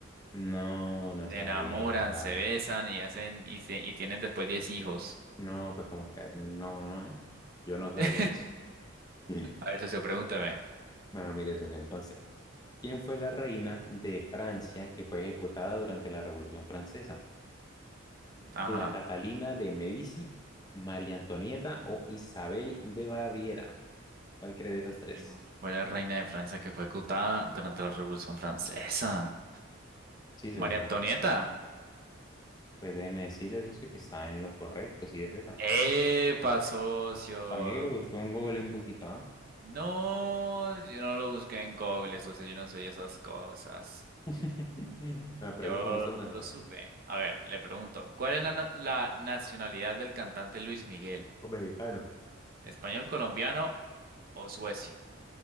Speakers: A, on the left; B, on the right.
A: No, no sabía.
B: Se enamoran, se besan y hacen y, se- y tienen después 10 hijos.
A: No, pues como que no, no, ¿eh? Yo no sabía
B: <laughs>
A: eso. <laughs>
B: A ver, socio, pregúntame.
A: Bueno, mire, socio, entonces. ¿Quién fue la reina de Francia que fue ejecutada durante la Revolución Francesa?
B: Ajá.
A: La Catalina de Medici, María Antonieta o Isabel de Baviera. ¿Cuál cree de esas tres?
B: Mm. Fue la reina de Francia que fue ejecutada durante la Revolución Francesa.
A: Sí, eso
B: María
A: yo.
B: Antonieta.
A: Pues déjeme decirles eso que está en lo correcto, Sí es esa.
B: ¡Epa, socio!
A: Para mí que lo buscó en Google un poquito, ¿ah?
B: No, yo no lo busqué en Google, socio, yo no soy esas cosas.
A: <laughs> Bueno, pregúnteme
B: Yo
A: usted una socio.
B: lo supe. A ver, le pregunto, ¿cuál es la, na- la nacionalidad del cantante Luis Miguel?
A: Los mexicanos.
B: ¿Español, colombiano o suecio?